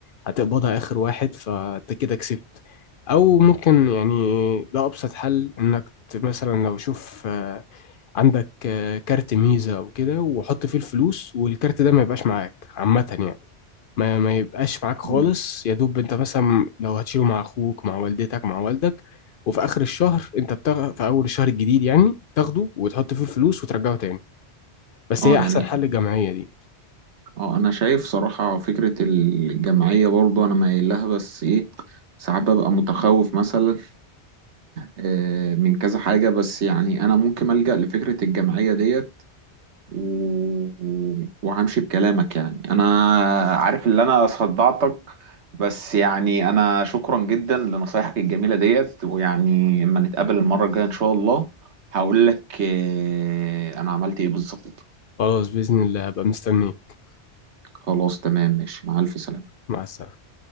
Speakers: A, on the left (about 60°); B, on the right (about 80°).
A: هتقبضها آخر واحد فأنت كده كسبت أو ممكن يعني ده أبسط حل إنك ت- مثلا لو شوف آه، عندك آه، كارت ميزة أو كده وحط فيه الفلوس والكارت ده ما يبقاش معاك عامة يعني ما, ما يبقاش معاك خالص
B: مم.
A: يا دوب انت مثلا لو هتشيله مع اخوك مع والدتك مع والدك وفي اخر الشهر انت بتاخد في اول الشهر الجديد يعني بتاخده وتحط فيه الفلوس وترجعه تاني بس
B: اه
A: هي احسن
B: يعني
A: حل الجمعية دي
B: اه انا شايف صراحة فكرة الجمعية برضو انا مايل لها بس ايه ساعات ببقى متخوف مثلا آه، من كذا حاجة بس يعني أنا ممكن ألجأ لفكرة الجمعية ديت و... و- وهمشي بكلامك يعني أنا عارف اللي أنا صدعتك بس يعني أنا شكرا جدا لنصايحك الجميلة ديت ويعني لما نتقابل المرة الجاية إن شاء الله هقول لك آه، أنا عملت إيه بالظبط
A: خلاص بإذن الله هبقى مستنيك
B: خلاص تمام ماشي مع ألف سلامة
A: مع السلامة